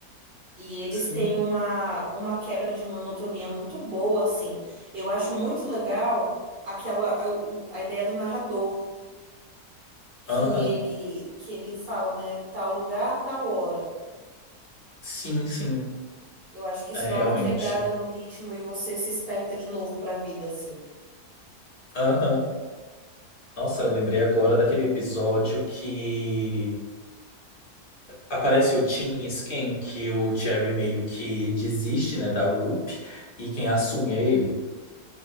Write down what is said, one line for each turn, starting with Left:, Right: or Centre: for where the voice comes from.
Right: E eles
Left: Sim,
Right: têm uma, uma quebra de monotonia muito boa, assim. Eu acho muito legal aquela a, o- a ideia do narrador, que
Left: aham,
Right: ele que ele fala, né, tal lugar, tal hora.
Left: sim, sim,
Right: Eu acho que isso
Left: é
Right: dá
Left: realmente.
Right: uma quebrada no ritmo e você se esperta de novo pra vida, assim.
Left: Aham. Nossa, eu lembrei agora daquele episódio que aparece o Tim e Sken, que o Jerry meio que desiste, né, da Whoop, e quem assume é ele.